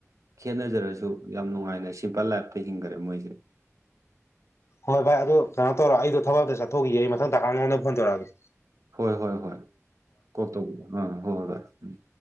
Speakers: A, on the right; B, on the left.
A: ꯈꯦꯅꯖꯔꯁꯨ ꯌꯥꯝ ꯅꯨꯡꯉꯥꯏꯅ ꯁꯤꯝꯄꯜ ꯂꯥꯏꯐꯇ ꯍꯤꯡꯈꯔꯦ ꯃꯣꯏꯁꯦ
B: ꯍꯣꯏ ꯚꯥꯏ ꯑꯗꯨ ꯀꯩꯅꯣ ꯇꯧꯔꯣ ꯑꯩꯗ ꯊꯕꯛꯇ ꯆꯠꯊꯣꯛꯈꯤꯌꯦ ꯃꯊꯪ ꯇꯥꯀ ꯅꯉꯣꯟꯗ ꯐꯣꯟ ꯇꯧꯛꯑꯒꯦ
A: ꯍꯣꯏ ꯍꯣꯏ ꯍꯣꯏ ꯀꯣꯛ ꯇꯧꯕꯤꯌꯨ ꯑꯥ ꯍꯣꯏ ꯍꯣꯏ ꯚꯥꯏ ꯎꯝ